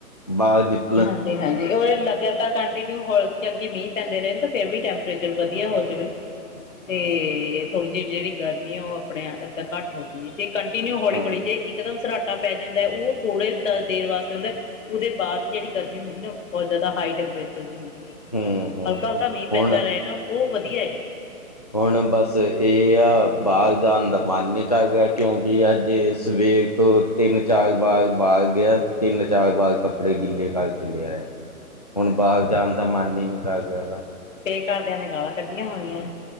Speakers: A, on the left; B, on the left.
A: ਬਾਹਰ ਨਿਕਲ-
B: ਹਾਂਜੀ-ਹਾਂਜੀ ਉਹ ਲੱਗਿਆ। ਪਰ ਕੰਟੀਨਿਊ ਹੋ ਚਲਗੀ ਮੀਂਹ ਪੈਂਦੇ ਰਹੇ ਤਾਂ ਫਿਰ ਵੀ ਟੈਂਪਰੇਚਰ ਵਧੀਆ ਹੋ ਜ। ਵੇ ਤੇ ਥੋੜ੍ਹੀ ਜਿਹੀ ਜਿਹੜੀ ਗਰਮੀ ਆ ਉਹ ਆਪਣੇ ਇੱਦਾਂ ਘੱਟ ਹੋ ਚੂਗੀ ਜੇ ਕੰਟੀਨਿਊ ਹੌਲੀ-ਹੌਲੀ
A: ਹਾਂ
B: ਜੇ ਇਕਦਮ ਸਰਾਟ- ਟਾ ਪੈ ਜਾਂਦਾ ਹੈ ਉਹ ਥੋੜੇ ਦੇਰ ਵਾਸਤੇ ਹੁੰਦਾ ਉਹਦੇ ਬਾਅਦ ਜਿਹੜੀ ਗਰਮੀ ਹੁੰਦੀ ਨਾ ਬਹੁਤ ਜ਼ਿਆਦਾ ਹਾਈ ਟੈਂਪਰੇਚਰ ਦੀ ਹੁੰਦੀ ਐ
A: ਹੂੰ ਹੂੰ
B: ਹਲਕਾ-ਹਲਕਾ ਮੀਂਹ ਪੈਂਦਾ
A: ਹੁਣ
B: ਰਹੇ ਨਾ ਉਹ ਵਧੀਆ ਏ।
A: ਹੁਣ ਬਸ ਇਹ ਆ ਬਾਹਰ ਜਾਣ ਦਾ ਮਨ ਨਹੀਂ ਕਰ ਰਿਹਾ ਕਿਉਂਕਿ ਅੱਜ ਸਵੇਰ ਤੋਂ ਤਿੰਨ-ਚਾਰ ਵਾਰ ਬਾਹਰ ਗਿਆ ਤਿੰਨ-ਚਾਰ ਵਾਰ ਕੱਪੜੇ ਗਿੱਲੇ ਕਰਕੇ ਲੈ ਆਯਾ।
B: <inaudible>
A: ਹੁਣ ਬਾਹਰ ਜਾਣ ਦਾ ਮਨ ਹੀ ਨਹੀਂ ਕਰਦਾ ਵਾ।
B: ਪੇ ਕਰਦਿਆਂ ਨੇ ਗਾਲਾਂ ਕੱਢੀਆਂ ਹੋਣੀਆਂ?